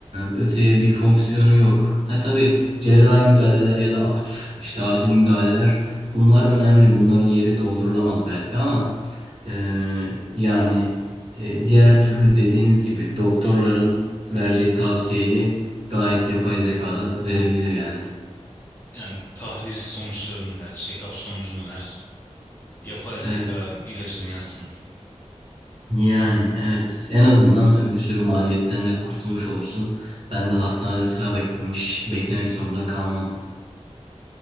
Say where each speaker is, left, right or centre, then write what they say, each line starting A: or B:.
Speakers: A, on the right; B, on the left.
A: öteye bir fonksiyonu yok. Ha tabii cerrahi müdahaleler ya da akut işte acil müdahaleler bunlar önemli. Bunların yeri doldurulamaz belki ama ee, yani e, diğer türlü dediğiniz gibi doktorların vereceği tavsiyeyi gayet yapay zekada verebilir yani.
B: Yani tahlil sonuçlarını ver, check-up sonucunu ver. Yapay
A: Evet.
B: zeka ilacını yazsın.
A: Yani evet en azından bir sürü maliyetten de kurtulmuş olursun. Ben de hastanede sıra beklemiş beklemek zorunda kalmam.